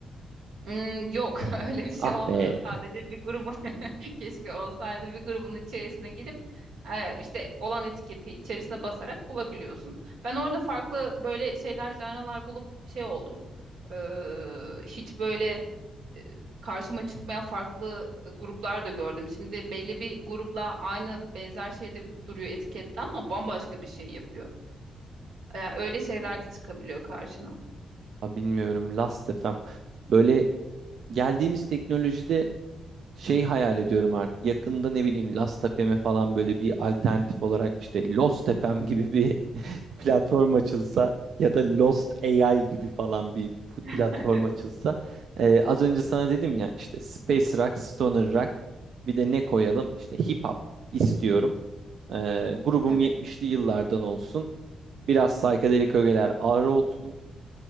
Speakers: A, on the right; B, on the right.
A: Hmm, yok <laughs> öyle bir şey
B: Ah
A: olmuyor.
B: be.
A: Sadece bir grubun <laughs> keşke olsaydı bir grubun içerisine girip e, işte olan etiketi içerisine basarak bulabiliyorsun. Ben orada farklı böyle şeyler, janralar bulup şey oldum. Ee, hiç böyle e, karşıma çıkmayan farklı e, gruplar da gördüm. Şimdi belli bir grupla aynı benzer şeyde duruyor etikette ama bambaşka bir şey yapıyor. E, Yani öyle şeyler de çıkabiliyor karşına.
B: Ha, bilmiyorum Last FM. Böyle geldiğimiz teknolojide şey hayal ediyorum artık. Yakında ne bileyim Last FM'e falan böyle bir alternatif olarak işte Lost FM gibi bir <laughs> platform açılsa ya da Lost AI gibi falan bir p- platform
A: <laughs>
B: açılsa. Ee, az önce sana dedim ya işte Space Rock, Stoner Rock bir de ne koyalım? İşte Hip Hop istiyorum. Ee, grubum
A: Evet.
B: 70'li yıllardan olsun. Biraz psychedelic ögeler ağır olsun.